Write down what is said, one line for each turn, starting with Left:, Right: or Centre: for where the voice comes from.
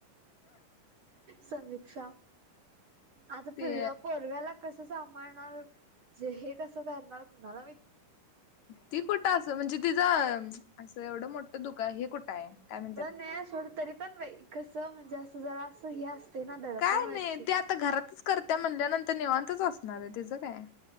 Right: समीक्षा आता
Left: ते
Right: पोर पोरग्याला कसं सांभाळणार जे हे कसं करणार कुणाला
Left: ती कुठं असं म्हणजे तिझं असं एवढं मोठं दुख हे कुठं आहे काय म्हणतात?
Right: नाहीये सोड तरी पण बाई कस म्हणजे जस जरास हे ना दडपण
Left: काय
Right: वाटते
Left: नाही ते आता घरातच करत्या म्हणल्यानंतर निेवांतच असणार आहे तिचं काय?